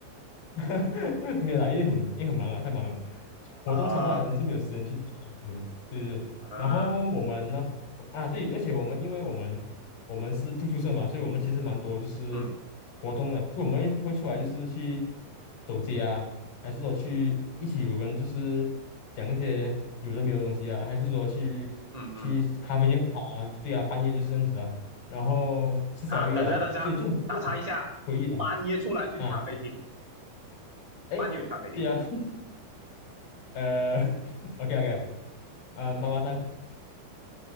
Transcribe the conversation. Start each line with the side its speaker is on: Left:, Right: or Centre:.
Left: <laughs> 没有啦，因为很也很忙啊，太忙了，活动长到来，
Right: 啊，
Left: 真是没有时间去做这些东西哦对对对，
Right: 呃，
Left: 然后我们那时啊对，而且我们因为我们我们是住宿舍嘛，所以我们其实蛮多就是活动的，
Right: 嗯
Left: 就我们会会出来就是去走街啊，还是说去一起有人就是讲一些有的没有的东西啊，还是说去去咖啡店喝茶啊，
Right: 嗯嗯，
Left: 对啊，半夜就是这样子啊，然后吃宵夜啊，
Right: 啊，等下等下，
Left: 所以就很
Right: 打岔一下，
Left: 可以的
Right: 半夜出来去咖啡厅，
Left: 啊。哎，
Right: 半夜有咖啡厅，
Left: 对啊，<laughs> 呃，OK OK，啊、妈妈蛋，